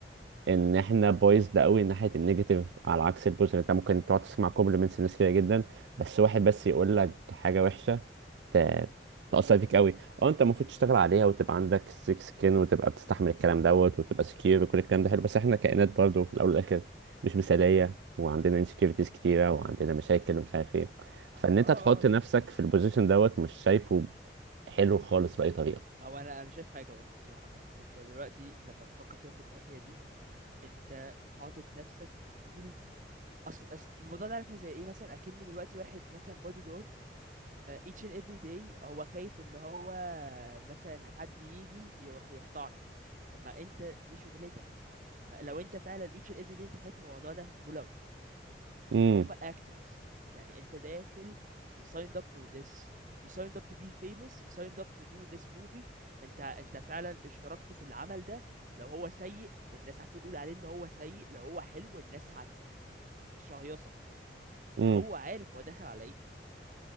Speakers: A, on the right; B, on the right.
A: ان احنا بايظ ده قوي ناحية النيجاتيف على عكس البوزيتيف انت ممكن تقعد تسمع كومبلمنتس لناس كده جدا بس واحد بس يقول لك حاجة وحشة ت- تأثر فيك قوي اه انت المفروض تشتغل عليها وتبقى عندك سيك سكين وتبقى بتستحمل الكلام دوت وتبقى سكيور وكل الكلام ده حلو بس احنا كائنات برضه في الاول والاخر مش مثاليه وعندنا انسكيورتيز كتيره وعندنا مشاكل ومش عارف ايه فان
B: اه اه
A: انت تحط
B: آه، اكيد
A: نفسك في البوزيشن دوت مش شايفه حلو خالص باي طريقه
B: او انا انا شايف حاجه برضه الصراحه ماهر انت دلوقتي لما بتفكر فيها في الناحيه دي انت حاطط نفسك في فيلد اصل أصل الموضوع ده عارفه زي ايه مثلا اكنه دلوقتي واحد مثلا بودي جارد each and every day هو خايف ان هو مثلا حد يجي يروح يحتضنه طب ما انت دي شغلتك فلو انت فعلا each and every day انت خايف من الموضوع ده pull out
A: امم
B: فهم actors يعني انت داخل you signed up for this you signed up to be famous you signed up to do this movie انت انت فعلا اشتركت في العمل ده لو هو سيء الناس هتقول عليه ان هو سيء لو هو حلو الناس هتشهيصك
A: امم
B: ما هو عارف هو داخل على ايه